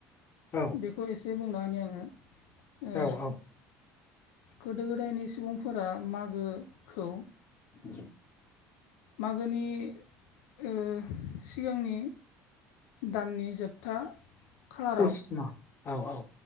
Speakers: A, on the left; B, on the left.
A: औ
B: बेखौ एसे बुंना होनि आङो। ओ
A: औ औ
B: गोदो गोदायनि सुबुंफोरा मागोखौ
A: <inaudible>
B: मागोनि ओ सिगांनि दाननि जोबथा खालाराव
A: उसमा औ औ